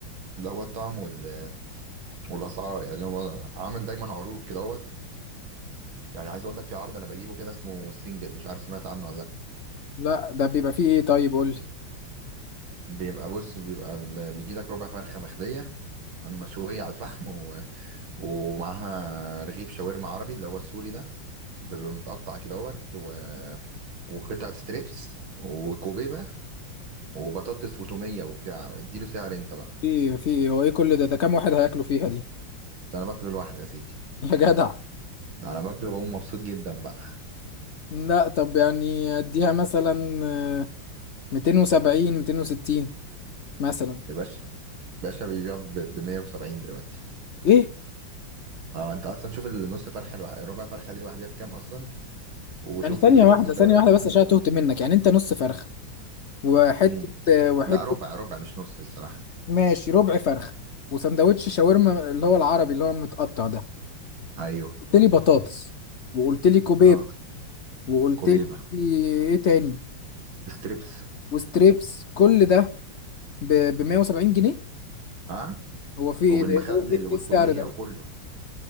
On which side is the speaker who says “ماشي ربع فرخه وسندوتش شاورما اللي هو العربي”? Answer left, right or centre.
Left